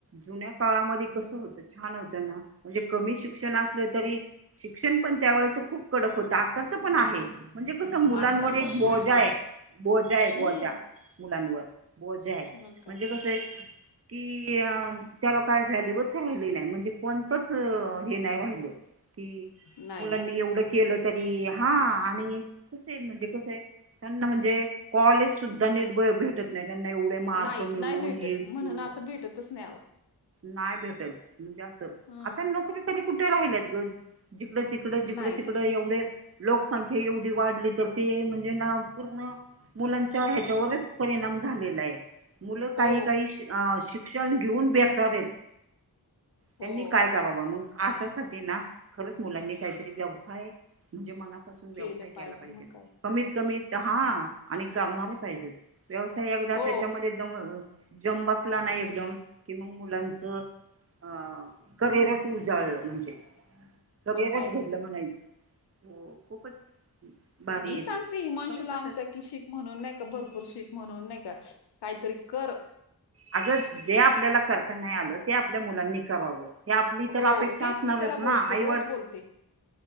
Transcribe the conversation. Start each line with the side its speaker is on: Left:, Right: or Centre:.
Right: जुन्या काळामध्ये कसं होतं छान होतं ना म्हणजे कमी शिक्षण असलं तरी शिक्षण पण त्यावेळेच खूप कडक होतं. आताच पण आहे. म्हणजे कसं मुलांवर
Left: आता भरपूर
Right: एक बोजा
Left: की
Right: आहे. बोजा आहे बोजा
Left: हम्म
Right: मुलांवर बोजा आहे
Left: मग काय
Right: म्हणजे कस कि त्याला काय व्हॅल्यूच राहिली नाही म्हणजे कोणतंच हे नाही राहिल. कि
Left: नाही
Right: मुलांनी
Left: नाही
Right: एवढं केलं तरी हा आणि कसय म्हणजे कसय आहे त्यांना म्हणजे कॉलेज सुद्धा निट भेटत नाही त्यांना एवढे मार्क
Left: नाही
Right: मिळवून
Left: नाही भेटत
Right: हेल्प
Left: म्हणून
Right: मिळवून.
Left: असं भेटतच नाही ओ
Right: नाही भेटत म्हणजे असं
Left: हं
Right: आता नोकरी तरी कुठे राहिल्यात ग. जिकडं तिकडं जिकडं
Left: नाही नाही
Right: तिकडं एवढे लोकसंख्या एवढी वाढली तर ते म्हणजे ना पूर्ण मुलांच्या ह्याच्यावरच परिणाम झालेला आहे. मुलं
Left: हो
Right: काही काही शिक्षण घेऊन बेकारेत. त्यांनी
Left: हो
Right: काय करावं मग अशासाठी ना खरंच मुलांनी काहीतरी व्यवसाय म्हणजे मनापासून व्यवसाय
Left: केलं
Right: केला पाहिजे.
Left: मग काय
Right: कमीत कमीत हा. आणि करणार पाहिजेत व्यवसाय एकदा
Left: हो
Right: त्याच्यामध्ये <unintelligible> जम बसला ना एकदम कि मग मुलांचं अ करिअरच
Left: हम्म
Right: उजाळलं म्हणजे करिअरच
Left: मग काय
Right: घडलं म्हणायचं. हो खूपच भारी
Left: मी
Right: येते
Left: सांगते हिमांशूला
Right: खरंच
Left: आमच्या
Right: आहे.
Left: कि शिक म्हणून नाही का भरपूर शिक म्हणून नाही का काहीतरी कर.
Right: अगं जे आपल्याला करता नाही आलं ते आपल्या मुलांनी करावं. हे आपली तर
Left: हो
Right: अपेक्षा
Left: तेच
Right: असणारच
Left: मी त्याला
Right: ना
Left: बोलते
Right: आईवड
Left: रोज बोलते